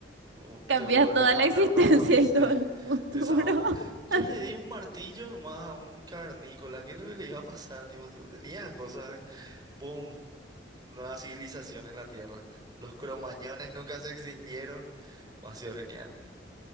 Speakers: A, on the right; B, on the right.
A: vo-
B: cambiar
A: Te volvés
B: toda
A: a
B: la
A: una
B: existencia
A: rama, <laughs> sí,
B: y todo el futuro.
A: esa onda.
B: <laughs>
A: Yo le di un martillo nomás a un cavernícola. ¿Qué es lo que le iba a pasar? Tipo, el tipo tenía cosas. ¿eh? ¡Pum! Nueva civilización en la Tierra. Los cromañones nunca se extinguieron. Ha sido genial.